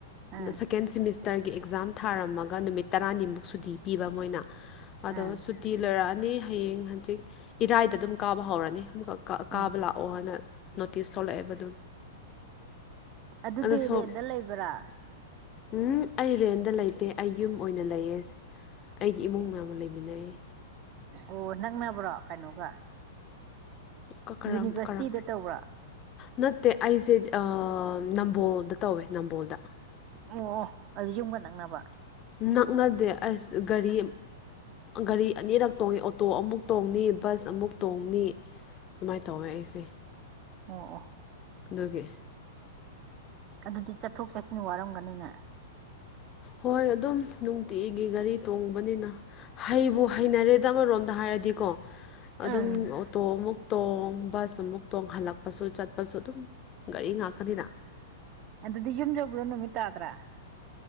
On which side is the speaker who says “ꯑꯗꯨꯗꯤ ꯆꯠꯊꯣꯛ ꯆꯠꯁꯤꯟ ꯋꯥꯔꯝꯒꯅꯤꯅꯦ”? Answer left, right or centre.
Right